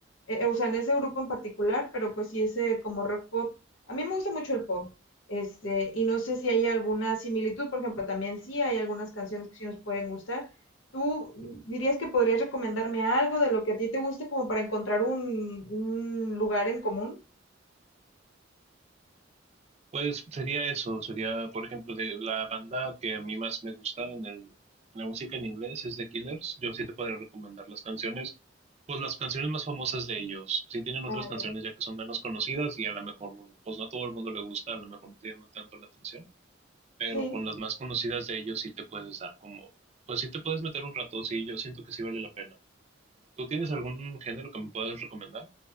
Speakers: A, on the left; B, on the right.
A: eh, o sea, en ese grupo en particular, pero pues sí ese como rock pop. A mí me gusta mucho el pop, este, y no sé si hay alguna similitud, por ejemplo, también sí hay algunas canciones que sí nos pueden gustar. ¿Tú dirías que podrías recomendarme algo de lo que a ti te guste como para encontrar un, un lugar en común?
B: Pues sería eso, sería, por ejemplo, de la banda que a mí más me gusta en el, en la música en inglés es The Killers. Yo sí te podría recomendar las canciones, pues las canciones más famosas de ellos. Sí tienen otras
A: Ah,
B: canciones
A: ya.
B: ya que son menos conocidas y a lo mejor, pues no a todo el mundo le gusta, a lo mejor no te llaman tanto la atención pero
A: Sí.
B: con las más conocidas de ellos sí te puedes dar como, pues sí te puedes meter un rato, sí, yo siento que sí vale la pena. ¿Tú tienes algún género que me puedas recomendar?